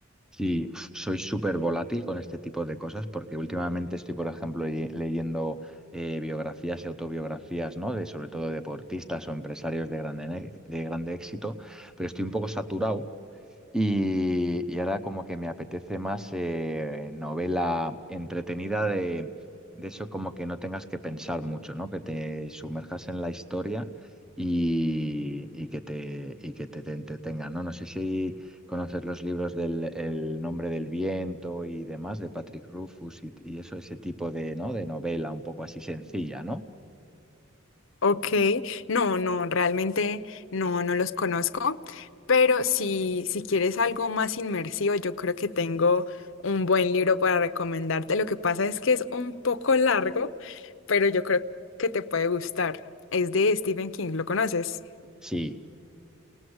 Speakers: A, in the centre; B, on the left.
A: Sí, uf, soy súper volátil con este tipo de cosas porque últimamente estoy, por ejemplo, ye- leyendo eh, biografías y autobiografías, ¿no? De sobre todo deportistas o empresarios de grande, ne- de grande éxito, pero estoy un poco saturado y, y ahora como que me apetece más eh, novela entretenida de, de eso como que no tengas que pensar mucho, ¿no? Que te sumerjas en la historia y, y que te, y que te, te entretenga, ¿no? No sé si conoces los libros del El nombre del viento y demás de Patrick Rufus y, y eso, ese tipo de, ¿no? De novela un poco así sencilla, ¿no?
B: Ok, no, no, realmente no, no los conozco, pero si, si quieres algo más inmersivo, yo creo que tengo un buen libro para recomendarte. Lo que pasa es que es un poco largo, pero yo creo que te puede gustar. Es de Stephen King, ¿lo conoces?
A: Sí.